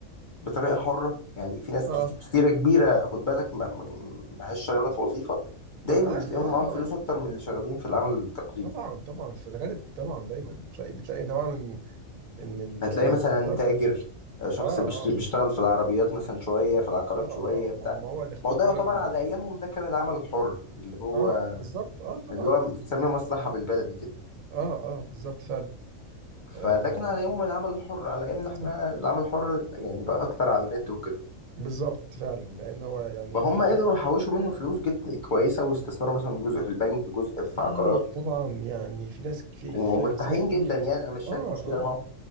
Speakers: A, on the left (about 45°); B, on the right (about 80°).
A: بطريقه حره يعني في ناس
B: اه
A: كت- كتيره كبيره خد بالك ما ما- ماهاش شغاله في وظيفه دايما
B: ما انا عارف
A: هتلاقيهم
B: اه اه
A: معاهم فلوس
B: اه
A: اكتر من اللي شغالين في العمل التقليدي
B: طبعا طبعا في الغالب طبعا دايما بتلاقي بتلاقي طبعا ان ان ال-
A: هتلاقي
B: ان
A: مثلا
B: اللي اختار
A: تاجر آه، شخص
B: اه اه
A: بيشت- بيشتغل في العربيات مثلا شويه في العقارات
B: اه اه
A: شويه
B: ما
A: بتاع
B: ما هو اللي اختار
A: ما هو ده
B: فعلا
A: يعتبر على ايامهم ده كان العمل الحر اللي هو
B: اه بالظبط اه طبعا
A: اللي هو بنسميه مصلحة بالبلدي كده
B: اه اه بالظبط فعلا
A: فده
B: آه
A: كان على أيامهم العمل الحر على أيامنا إحنا
B: صح
A: العمل الحر يعني بقى أكتر على النت وكده
B: بالظبط فعلا لان هو يعني
A: فهم
B: انا
A: قدروا
B: أنا-
A: يحوشوا منه فلوس جدا كويسة واستثمروا مثلا جزء في البنك جزء في
B: كتير
A: عقارات
B: طبعا يعني في ناس في
A: ومرتاحين
B: في امثله كتير
A: جدا يعني أنا مش
B: اه
A: شايف مشكلة
B: اه
A: معاهم